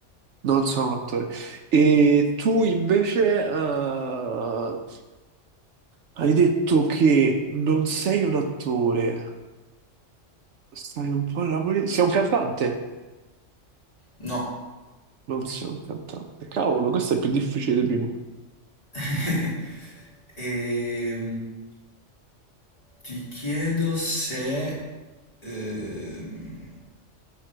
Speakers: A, on the right; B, on the left.
A: non sono un attore. E tu invece eh, hai detto che non sei un attore, stai un po' nella politica, sei un cantante?
B: No.
A: Non sei un cantante, cavolo, questo è più difficile di prima.
B: <laughs> E, ti chiedo se... ehm,